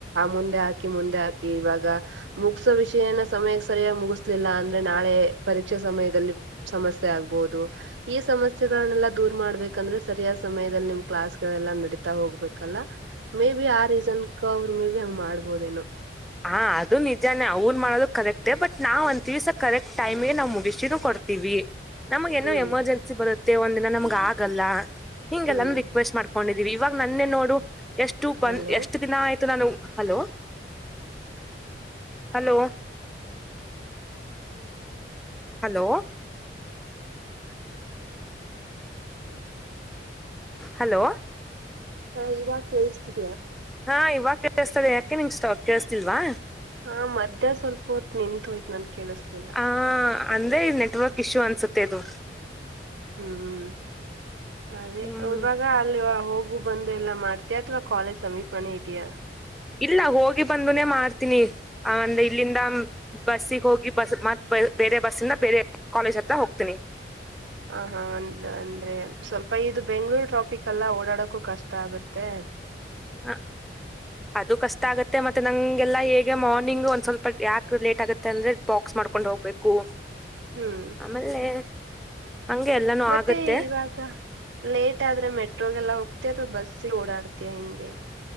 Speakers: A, on the right; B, in the centre.
A: ಮುಂದೆ ಹಾಕಿ ಮುಂದೆ ಹಾಕ ಇವಾಗ ಮುಗ್ಸೋ ವಿಷಯನ ಸಮಯಕ್ಕೆ ಸರಿಯಾಗಿ ಮುಗಿಸ್ಲಿಲ್ಲ ಅ ನಾಳೆ ಪರೀಕ್ಷೆ ಸಮಯದಲ್ಲಿ ಸಮಸ್ಯೆ ಆಗ್ಬಹುದು ಈ ಸಮಸ್ಯೆಗಳನ್ನೆಲ್ಲಾ ದೂರ್ ಮಾಡ್ಬೇಕು ಯಾಂದ್ರ ಸರಿಯಾದ ಸಮಯದಲ್ಲಿ ನಿಮ್ ಕ್ಲಾಸ್ ಗಳೆಲ್ಲ ನಡೀತಾ ಹೋಗ್ಬೇಕಲ್ಲ ಮೇ ಬಿ ಆ ರೀಸನ್ ಅವ್ರು ಮೇ ಬಿ ಹಂಗ್ ಮಾಡ್ಬೋದೇನೋ
B: ಹಾ ಅದು ನಿಜಾನೇ ಅವ್ನ್ ಮಾಡೋದು ಕರೆಕ್ಟೇ ಬಟ್ ನಾವ್ಂದ್ ದಿವ್ಸ ಕರೆಕ್ಟ್ ಟೈಮಗೆ ನಾವ್ ಮುಗಿಸಿದ ಕೊಡ್ ತ್ವಿ ನಮಗ ಏನೋ
A: ಹ್ಮ್
B: ಎಮರ್ಜೆನ್ಸಿ ಬರುತ್ತೆ ಒಂದ್ ದಿನ ನಮ್ಗ್ ಆಗಲ್ಲ ಹಿಂಗೆಲ್ಲಾನು
A: ಹ್ಮ್
B: ರಿಕ್ವೆಸ್ಟ್ ಮಾಡ್ಕೊಂಡಿದ್ ಇವಾಗ ನನ್ನೆ ನೋಡು ಎಷ್ಟು ಬಂದ್
A: ಹಲೋ
B: ಎಷ್ಟು ದಿನ ಆಯ್ತು ನಾನು ಹಲೋ ಹಲೋ ಹಲೋ ಹಲೋ
A: ಹಾ ಇವಾಗ ಕೇಳ್ಸ್ತಿತ್
B: ಹಾ ಇವಾಗ ಕೇಳಿಸತದೆ ಯಾಕೆ ನಿಮ್ ಸ್ಟ ಕೇಸ್ತಿಲ್ವಾ
A: ಹಾ ಮದ್ಯಾ ಸ್ವಲ್ಪ ಹೊತ್ ನಿಂತ್ ಹೋಯಿತು ನನ್ ಕೇಳ್ಸ್ಲಿಲ್ಲ
B: ಆ ಅಂದ್ರೆ ನೆಟ್ವರ್ಕ್ ಇಶ್ಯೂ ಅನ್ಸುತ್ತೆ ಇದು
A: ಹ್ಮ್ ಅದೇ
B: ಹ್ಮ್
A: ಇವಾಗ ಅಲ್ಲಿ ಹೋಗು ಬಂದು ಎಲ್ಲ ಮಾಡ್ತ ಅಥವಾ ಕಾಲೇಜ್ ಸಮೀಪನೇ ಇದೆಯಾ
B: ಇಲ್ಲ ಹೋಗಿ ಬಂದುನೆ ಮಾಡ್ತೀನಿ ಆ ಒಂದ ಇಲ್ಲಿಂದ ಬಸ್ಸಿಗೆ ಹೋಗಿ ಬಸ್ ಮತ್ತುತ್ತ ಬ ಬೇರೆ ಬಸ್ಸಿಂದ ಬೇರೆ ಕಾಲೇಜ್ ಹತ್ರ ಹೋಗ್ತೀನಿ
A: ಹ ಹಾ ಒಂದು ಅಂದ್ರೆ ಸ್ವಲ್ಪ ಇದು ಬೆಂಗ್ಳೂರು ಟ್ರಾಫಿಕ್ ಎಲ್ಲ ಓಡಾಡಕ್ಕೂ ಕಷ್ಟ ಆಗುತ್ತೆ <inaudible>
B: ಹ ಅದು ಕಷ್ಟ ಆಗತ್ತೆ ಮತ್ತೆ ನಂಗೆಲ್ಲಾ ಹೇಗೆ ಮಾರ್ನಿಂಗ್ ಒಂದ್ ಸ್ವಲ್ಪ ಯಾಕ ಲೇಟ್ ಆಗುತ್ತೆ ಅಂದ್ರೆ ಬಕ್ ಮಾಡ್ಕೊಂಡ್ ಹೋಗ್ಬೇಕು
A: ಹ್ಮ್
B: ಆಮೇಲೆ ಹಂಗೆ ಎಲ್ಲಾನು
A: ಮತ್ತೆ
B: ಆಗತ್ತೆ
A: ಇವಾಗ ಲೇಟ್ ಆದ್ರೆ ಮೆಟ್ರೋಗೆಲ್ಲ ಹೋಗ್ತಿ ಅಥವಾ ಬಸ್ ಬಸ ಓಡಾಡ್ತಯ ಹಿಂಗೆ